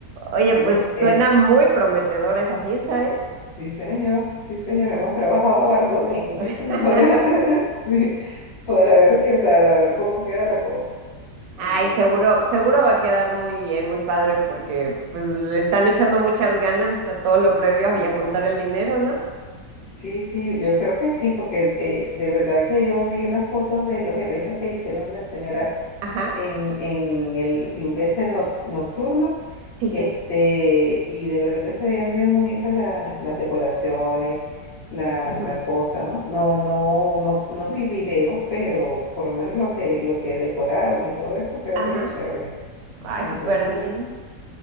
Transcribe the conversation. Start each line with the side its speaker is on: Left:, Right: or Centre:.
Right: Oye,
Left: Yo,
Right: pues suena
Left: el,
Right: muy prometedora esa fiesta, ¿eh?
Left: Sí, señor, sí, señor, hemos trabajado arduamente
Right: <laughs>
Left: <laughs> para, sí, para ver qué tal, a ver cómo queda la cosa.
Right: Ay,
Left: Entonces,
Right: seguro, seguro va a quedar muy bien, muy padre, porque pues le están echando muchas ganas a todo lo previo
Left: sí
Right: y a
Left: vale.
Right: juntar el dinero, ¿no?
Left: Sí, sí, yo creo que sí, porque eh, de verdad que yo vi unas fotos de los eventos que hicieron las señoras
Right: Ajá,
Left: en, en el club ese nor- nocturno,
Right: sí.
Left: este, y de verdad que se veían bien bonitas la- las decoraciones, la,
Right: ujú,
Left: la cosa, ¿no? No, no, no, no vi videos, pero por lo menos lo que, lo que decoraron y todo eso quedó
Right: Ajá.
Left: bien chévere.
Right: Ay,
Left: Entonces,
Right: súper bien.